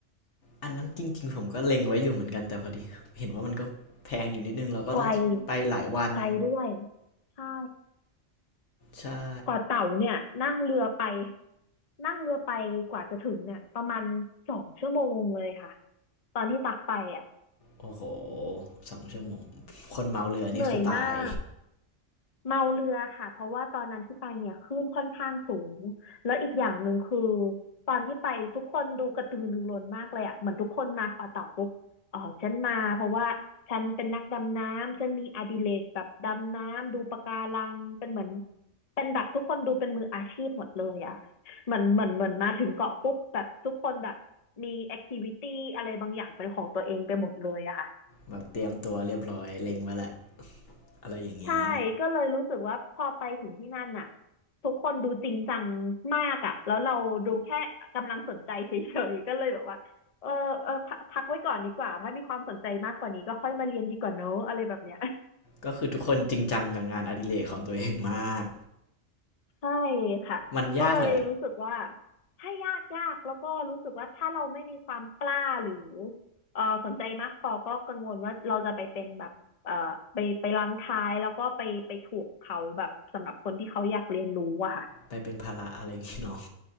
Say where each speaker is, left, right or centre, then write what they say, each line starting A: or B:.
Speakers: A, on the left; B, on the left.
A: อันนั้นจริงๆผมก็เล็งไว้อยู่เหมือนกันแต่พอดีเห็นว่ามันก็แพงอยู่นิดนึงเราก็ต้องไปหลายวัน
B: ไกลไกลด้วยใช่
A: ใช่
B: เกาะเต่าเนี่ยนั่งเรือไปนั่งเรือไปกว่าจะถึงเนี่ยประมาณสองชั่วโมงเลยค่ะตอนที่ตักไปอ่ะ
A: โอ้โหสองชั่วโมงคนเมาเรือนี่คือตาย
B: เหนื่อยมาก เมาเรือค่ะเพราะว่าตอนนั้นที่ไปเนี่ยคลื่นค่อนข้างสูงแล้วอีกอย่างหนึ่งคือตอนที่ไปทุกคนดูกระตือรือร้นมากเลยอ่ะเหมือนทุกคนมาขอเต่าปุ๊บอ๋อฉันมาเพราะว่าฉันเป็นนักดำน้ำฉันมีอดิเรกแบบดำน้ำดูปะการังเป็นเหมือนเป็นแบบทุกคนดูเป็นมืออาชีพหมดเลยอ่ะเหมือนเหมือนเหมือนมาถึงเกาะปุ๊บแบบทุกคนแบบมีแอคทิวิตี้อะไรบางอย่างเป็นของตัวเองไปหมดเลยอะค่ะ
A: แบบเตรียมตัวเรียบร้อยเล็งไว้แหละอะไรอย่างนี้
B: ใช่ก็เลยรู้สึกว่าพอไปถึงที่นั่นน่ะทุกคนดูจริงจังมากอ่ะแล้วเราดูแค่กำลังสนใจเฉยๆก็เลยแบบว่าเออเออพักพักไว้ก่อนดีกว่าถ้ามีความสนใจมากกว่านี้ก็ค่อยมาเรียนดีกว่าเนอะอะไรแบบเนี้ย
A: ก็คือทุกคนจริงจังกับงานอดิเรกของตัวเองมาก
B: ใช่ค่ะก็เลยรู้สึกว่า
A: มันยากแหละ
B: ถ้ายากยากแล้วก็รู้สึกว่าถ้าเราไม่มีความกล้าหรือเออสนใจมากพอก็กังวลว่าเราจะไปเป็นแบบเออไปไปรังท้ายแล้วก็ไปไปถูกเขาแบบสำหรับคนที่เขาอยากเรียนรู้อะค่ะ
A: ไปเป็นภาระอะไรอย่างงี้เนาะ